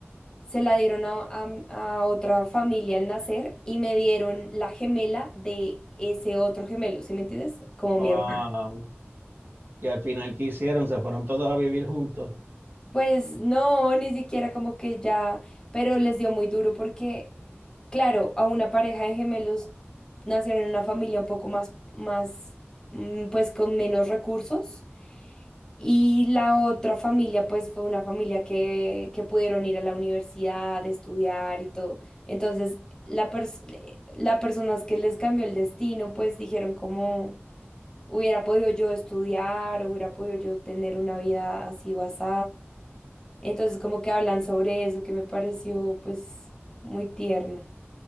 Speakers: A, on the left; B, on the right.
A: se la dieron a, a- a otra familia al nacer y me dieron la gemela de ese otro gemelo, ¿sí me entiendes? Como
B: Wow.
A: mi hermana.
B: Y al final, ¿qué hicieron? Se fueron todos a vivir juntos.
A: Pues no, ni siquiera como que ya, pero les dio muy duro porque, claro, a una pareja de gemelos nacieron en una familia un poco más, más, mm, pues con menos recursos y la otra familia pues fue una familia que, que pudieron ir a la universidad, estudiar y todo. Entonces, la pers- eh, las personas que les cambió el destino pues dijeron como hubiera podido yo estudiar, hubiera podido yo tener una vida así o así. Entonces como que hablan sobre eso que me pareció pues muy tierno.